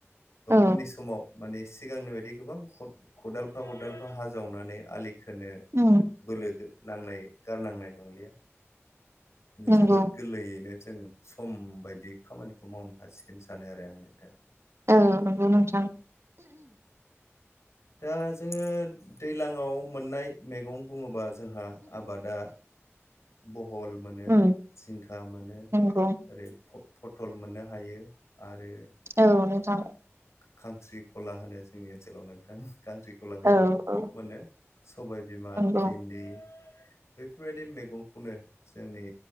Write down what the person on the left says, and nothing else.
उननि समाव माने सिगांनि बायदि गोबां खदालफा खदालफा हाजावनानै आलि। खौनो
बोलो नांनाय गारनांनाय नंलिया
जोबोद गोरलैयैनो। जों सम बायदि खामानिखौ मावनो हासिगोन सानो आरो आं नोंथां।
दा जोङो दैज्लाङाव मोननाय मैगं बुङोबा। जोंहा आबादा बहल मोनो
जिंखा मोनो
ओरै फटल मोननो हायो आरो
खांस्रिखला होनो जोंनि ओनसोलाव नोंथां खांस्रिखलाखौबो
खुब
मोनो। सबाय बिमा,
भिन्दि बेफोरबायदि मैगंखौनो जोंनि